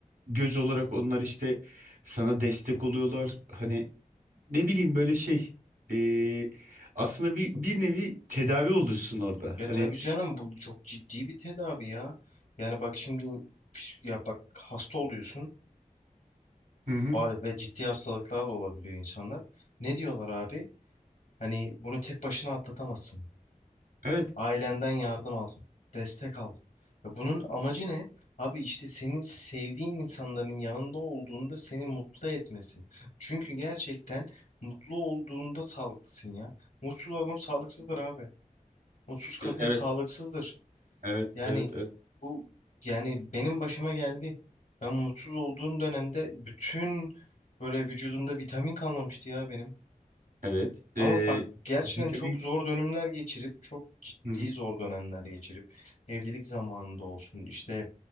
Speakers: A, on the right; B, on the left.
A: göz olarak onlar işte sana destek oluyorlar. Hani ne bileyim böyle şey e, aslında bir, bir nevi tedavi oluyorsun orada.
B: Ya
A: Hani
B: tabii canım bu çok ciddi bir tedavi ya. Yani bak şimdi psik- ya bak hasta oluyorsun.
A: hı hı,
B: Ba- ve ciddi hastalıklar da olabiliyor insanlar. Ne diyorlar abi? Hani bunu tek başına atlatamazsın.
A: evet,
B: Ailenden yardım al, destek al. Ya bunun amacı ne? Abi işte senin sevdiğin insanların yanında olduğunda seni mutlu etmesi. Çünkü gerçekten mutlu olduğunda sağlıklısın ya. Mutsuz adam sağlıksızdır abi. Mutsuz kadın
A: e, evet,
B: sağlıksızdır.
A: evet,
B: Yani
A: evet,
B: bu yani benim başıma geldi. Ben mutsuz olduğum dönemde bütün böyle vücudumda vitamin kalmamıştı ya benim.
A: evet, evet.
B: Ama bak
A: E,
B: gerçekten
A: vitamin,
B: çok zor dönemler geçirip çok ciddi
A: hı hı,
B: zor dönemler geçirip evlilik zamanında olsun işte